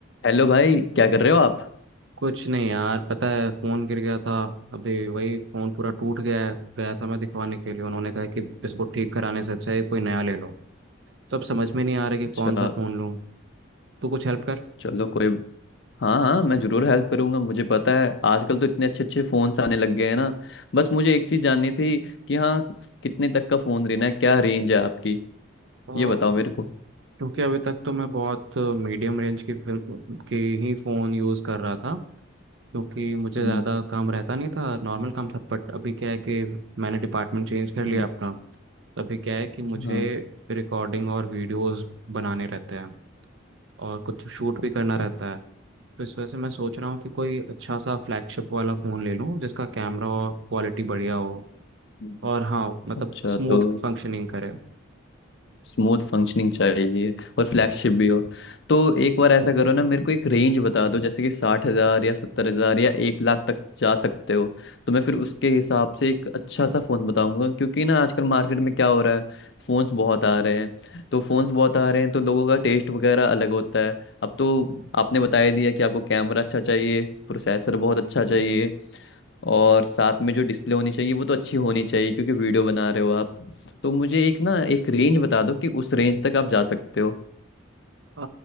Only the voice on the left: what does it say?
हेलो भाई क्या कर रहे हो आप
अच्छा
चलो कोई हाँ हाँ मैं जरूर हेल्प करूंगा मुझे पता है आजकल तो इतने अच्छे अच्छे फ़ोन्स आने लग गए हैं ना बस मुझे एक चीज़ जाननी थी कि हाँ कितने तक का फ़ोन लेना है क्या रेंज है आपकी
ये बताओ मेरे को
हम्म
हम्म,
हाँ
अ-
हम्म,
अच्छा
तो
स्मूथ फंक्शनिंग चाहिए और फ्लैगशिप भी हो तो एक बार ऐसा करो ना मेरे को एक रेंज बता दो जैसे कि साठ हज़ार या सत्तर हज़ार या एक लाख तक जा सकते हो तो मैं फिर उसके हिसाब से एक अच्छा सा फ़ोन बताऊंगा क्योंकि ना आजकल मार्केट में क्या हो रहा है फ़ोन्स बहुत आ रहे हैं तो फ़ोन्स बहुत आ रहे हैं तो लोगों का टेस्ट वगैरह अलग होता है अब तो आपने बता ही दिया कि आपको कैमरा अच्छा चाहिए प्रोसेसर बहुत अच्छा चाहिए और साथ में जो डिस्प्ले होनी चाहिए वो तो अच्छी होनी चाहिए क्योंकि वीडियो बना रहे हो आप तो मुझे एक ना एक रेंज बता दो कि उस रेंज तक आप जा सकते हो